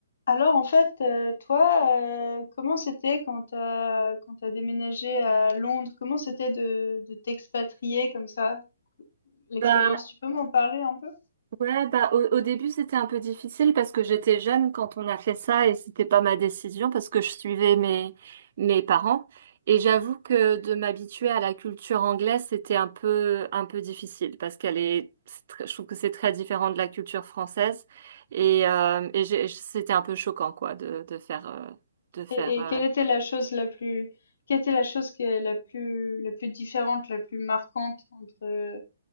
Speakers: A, on the left; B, on the right.
A: Alors en fait, heu, toi, heu, comment c'était quand tu as quand tu déménagé à Londres? Comment c'était de de t'expatrier comme ça? L'expérience,
B: Bah,
A: tu peux m'en parler un peu?
B: ouais, bah, au, au début, c'était un peu difficile parce que j'étais jeune quand on a fait ça et c'était pas ma décision parce que je suivais mes, mes parents. Et j'avoue que de m'habituer à la culture anglaise, c'était un peu, un peu difficile parce qu'elle est, c'est très- je trouve que c'est très différent de la culture française. Et, euh, et j'ai- c'était un peu choquant, quoi, de, de faire, euh, de faire,
A: Et
B: euh,
A: et quelle était la chose la plus quelle était la chose qui est la plus la plus différente, la plus marquante entre